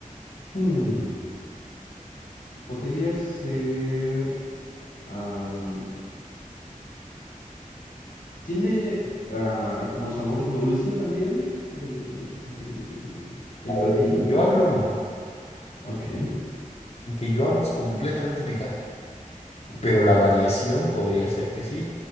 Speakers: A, on the left; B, on the left.
A: hmm, podría ser, am, ¿tiene ah, como sabor dulce también el, el, el platillo?
B: El que yo hablo, no.
A: Ok,
B: El que yo hablo es completamente picante.
A: ok.
B: Pero la variación podría ser que sí.